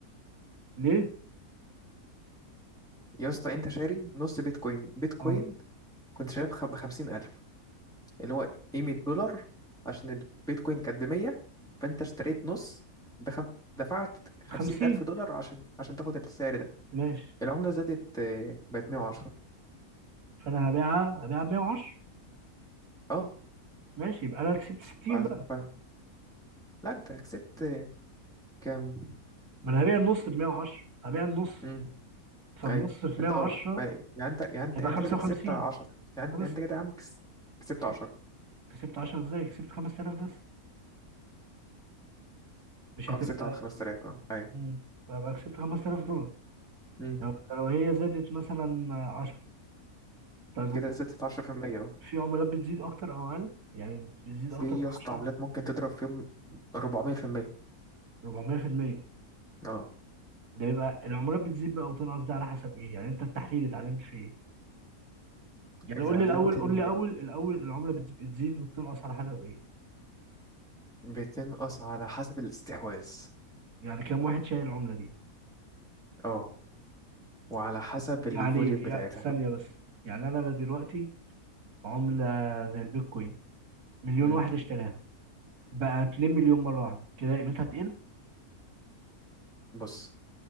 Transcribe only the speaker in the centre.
يا اسطى أنت شاري نص بيتكوين بيتكوين
كنت شاريه بخمسين ألف اللي هو ايه 100 دولار عشان البيتكوين كانت ب 100 فانت اشتريت نص بخم... دفعت 50
الف دولار عشان عشان تاخد السعر ده
العملة زادت آه، بقت 110
اه
عز-
ف... لا انت كسبت آه، كام
امم
ايوه
انت
اه ف- يعني انت يعني انت
يعني انت
كده كسبت 10 يعني
يعني انت كده يا عم كس- كسبت
10
اه كسبت على 5000 اه ايوه
امم
كده
زادت 10% اه
في
يا
اسطى عملات ممكن تضرب فيهم 400%
اه
اتعلمت
ان
بتنقص على حسب الاستحواذ
اه وعلى حسب الفوليوم
بتاعتها
مم.
بص